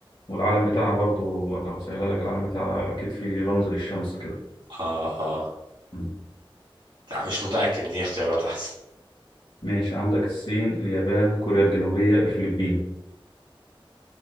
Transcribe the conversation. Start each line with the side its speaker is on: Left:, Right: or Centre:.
Left: والعلم بتاعها برضو لو سهل لك العلم بتاعها أكيد في رمز للشمس كده
Right: آه آه
Left: مم.
Right: لا مش متأكد دي اختيارات أحسن
Left: ماشي عندك الصين اليابان كوريا الجنوبية الفلبين